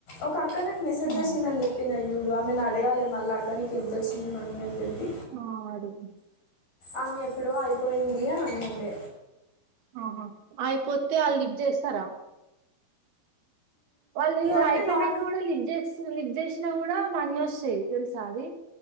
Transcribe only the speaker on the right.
ఉమ్.
ఆ అడుగు
ఆహా అయిపోతే వాళ్ళు లిఫ్ట్ చేస్తారా వాళ్ళు
అయిపోయినాక
కూడా లిఫ్ చే లిఫ్ చేసినా కూడా మనీ వస్తాయి తెలుసా అది